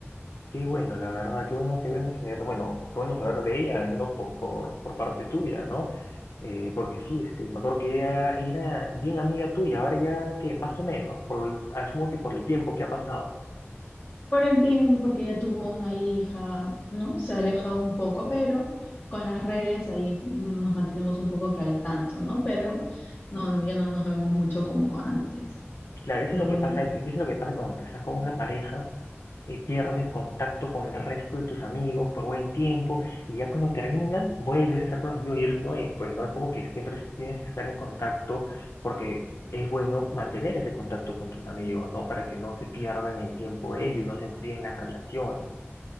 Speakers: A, on the left (about 85°); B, on the left (about 45°).
A: Qué bueno, la verdad, qué bueno, qué bueno saber, bueno, qué bueno saber de ella, al menos por, por, por parte tuya, ¿no? Eh, porque sí, este, me acuerdo que ella era bien amiga tuya, ahora ya que más o menos, por, el- asumo que por el tiempo que ha pasado.
B: Por el tiempo, porque ella tuvo una hija, ¿no? Se ha alejado un poco, pero con las redes ahí nos mantenemos un poco que al tanto, ¿no? Pero no, ya no nos vemos mucho como antes.
A: Claro, eso
B: Pero
A: es lo
B: bueno.
A: que pasa, eso es lo que pasa cuando te estás con una pareja, eh, pierdes contacto con el resto de tus amigos por buen tiempo, y ya cuando terminan, vuelves a estar con los amigos, y eso no es, pues, ¿no? Es como que siempre tienes que estar en contacto, porque es bueno mantener ese contacto con tus amigos, ¿no? Para que no se pierdan el tiempo ellos y no se enfríen las relaciones.